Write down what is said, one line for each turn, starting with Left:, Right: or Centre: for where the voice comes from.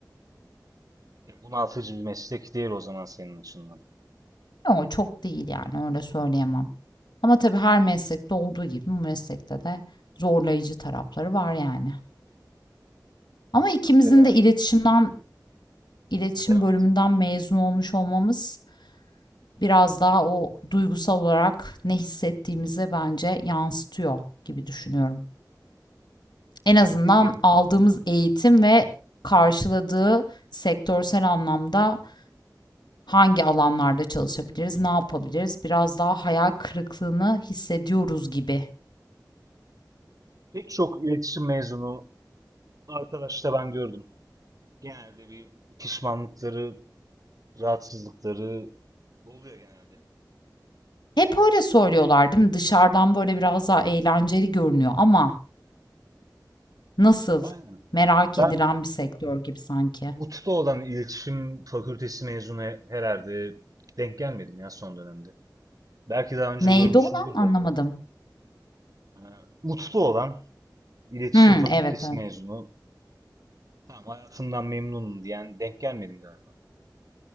Right: Ya bunaltıcı bir meslek değil o zaman senin açından.
Left: Ama çok değil yani öyle söyleyemem. Ama tabii her meslekte olduğu gibi bu meslekte de zorlayıcı tarafları var yani. Ama ikimizin
Right: Mesela
Left: de iletişimden, iletişim
Right: devam
Left: bölümünden
Right: et.
Left: mezun olmuş olmamız biraz daha o duygusal olarak ne hissettiğimize bence yansıtıyor gibi düşünüyorum.
Right: Aynen
Left: En azından
Right: bir bir.
Left: aldığımız eğitim ve karşıladığı sektörsel anlamda hangi alanlarda çalışabiliriz, ne yapabiliriz? Biraz daha hayal kırıklığını hissediyoruz gibi.
Right: Pek çok iletişim mezunu arkadaş da ben gördüm. Genelde bir pişmanlıkları, rahatsızlıkları oluyor genelde.
Left: Hep öyle söylüyorlar değil mi? Dışarıdan böyle biraz daha eğlenceli görünüyor ama nasıl?
Right: Aynen.
Left: Merak
Right: Ben
Left: edilen bir sektör gibi sanki.
Right: Ut'ta olan iletişim fakültesi mezunu he- herhalde denk gelmedim ya son dönemde. Belki daha önce
Left: Neydi
Right: görmüşümdür
Left: olan anlamadım.
Right: de. Ee, Ut'ta olan iletişim
Left: Hmm,
Right: fakültesi
Left: evet evet.
Right: mezunu tamam hayatımdan memnunum diyen denk gelmedim galiba.